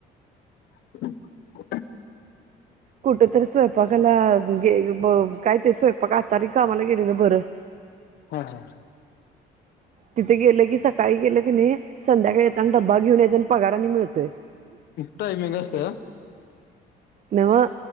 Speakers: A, on the left; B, on the right.
A: <unintelligible>
B: कुठ तरी स्वयंपाकाला गे ब काय ते स्वयंपाक, आचारि कामाला गेलेल बरं.
A: हा हा
B: तिथे गेलं की सकाळी गेलं की नाई, संध्याकाळी येताना डब्बा घेऊन यायचा आण पगार आनी मिळतोय.
A: टायमिंग असत
B: नव्ह